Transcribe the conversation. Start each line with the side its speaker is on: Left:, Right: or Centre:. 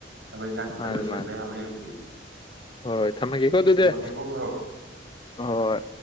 Right: ꯊꯕꯛ ꯏꯟꯈꯥꯡ ꯈꯤꯛꯇ
Left: ꯃꯥꯅꯦ
Right: ꯂꯣꯏꯁꯤꯟꯕ
Left: ꯃꯥꯅꯦ
Right: ꯌꯥꯕꯔꯥ ꯌꯦꯡꯉꯨꯒꯤꯒꯦ
Left: ꯍꯣꯏ ꯊꯝꯃꯒꯦꯀꯣ ꯑꯗꯨꯗꯤ
Right: ꯊꯝꯃꯒꯦꯀꯣ ꯃꯔꯨꯞ
Left: ꯍꯣꯏ